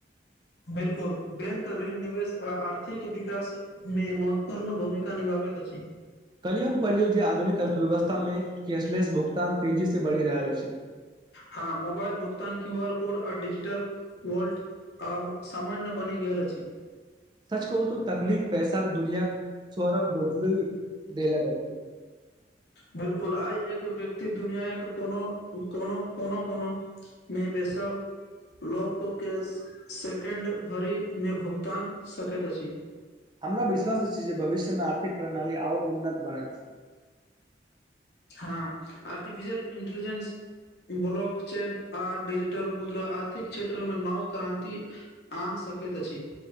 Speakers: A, on the left; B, on the right.
A: बिलकुल बैंक ऋण निवेश आ आर्थिक विकास में महत्वपूर्ण भूमिका निभाबैत अछि
B: कल्हि हम पढ़लियौ जे आधुनिक अर्थव्यवस्था में कैशलेस भुगतान तेजी से बढ़ि रहल अछि
A: हँ मोबाइल भुगतान क्यू आर कोड आ डजिटल वल्ट आब सामान्य बनि गेल अछि
B: सच कह त तकलिफ पैसाक दुनिया स्वरभ बदलू धेलक
A: बिलकुल आइ एक व्यक्ति दुनिया एक कोनो कोनो कोनो कोना में बैसल लोकके सेकेण्ड भरि में भुगतान सकैत अछि
B: हमरा विश्वास छी जे भविष्यमे आर्थिक प्रणाली ओर उन्नत बनत
A: हँ आर्टिफिशियल इन्टलिजेंस ब्लॉक चेन आ डिजिटल मुद्रा आर्थिक क्षेत्रमें नव क्रान्ति आन सकैत अछि